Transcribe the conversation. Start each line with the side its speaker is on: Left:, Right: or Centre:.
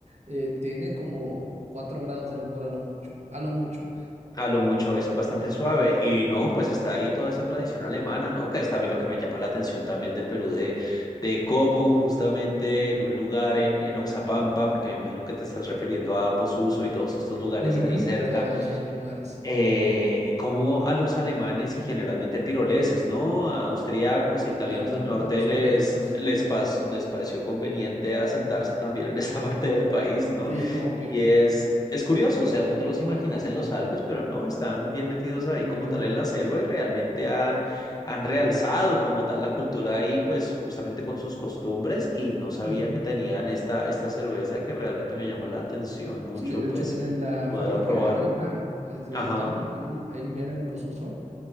Right: eh, tiene como 4 grados de alcohol a lo mucho. A lo mucho.
Left: a lo mucho es bastante
Right: A lo
Left: suave
Right: mu-
Left: y no, pues está ahí toda esa tradición alemana, ¿no? Que es también lo que me llama la atención también de Perú, de, de cómo justamente en un lugar en, en Oxapampa, porque me imagino que te estás refiriendo a Posuso y todos estos lugares
Right: Ujú,
Left: ahí cerca,
Right: Todos esos lugares.
Left: eh, como a los alemanes y generalmente tiroleses, ¿no? A austriacos e italianos
Right: Claro,
Left: del norte
Right: austriacos.
Left: les, les, pas- les pareció conveniente asentarse también en esa <laughs> parte del país, ¿no?
Right: Sí, es como
Left: Y
Right: que.
Left: es, es curioso, o sea, tú te los imaginas en los Alpes, pero no, están bien metidos ahí
Right: mm,
Left: como tal en la selva y realmente han, han realzado como tal la cultura ahí, pues justamente con sus costumbres y no sabía
Right: Ujú.
Left: que tenían esta, esta cerveza que realmente me llama la atención mucho,
Right: Sí, de
Left: pues
Right: hecho tienen la
Left: poderla
Right: fábrica
Left: probar.
Right: ahí, man. Este,
Left: Ajá.
Right: la tienen ahí, ahí mera en Posuso.